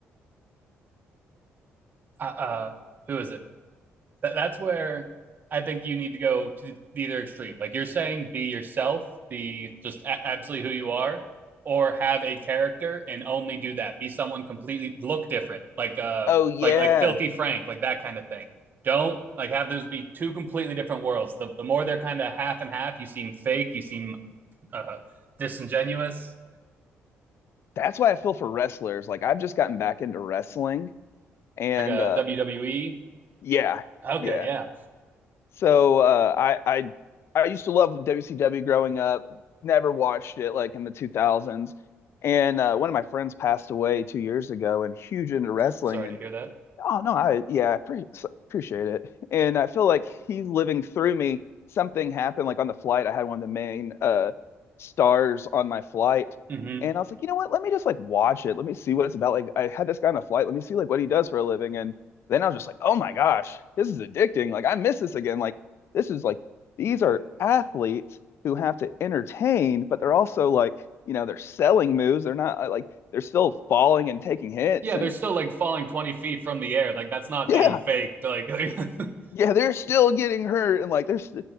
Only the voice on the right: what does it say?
Uh, uh, who is it? that, that's where I think you need to go to the either extreme. Like you're saying, be yourself, be just a- absolutely who you are, or have a character and only do that. Be someone completely look different, like uh,
like like Filthy Frank, like that kind of thing. Don't like have those be two completely different worlds. The the more they're kind of half and half, you seem fake, you seem uh, disingenuous,
like a
WWE.
Okay,
yeah.
Oh, sorry
to hear that.
Mm-hmm.
Yeah,
they're still like falling 20 feet from the air. Like that's not
being faked. Like, mhm.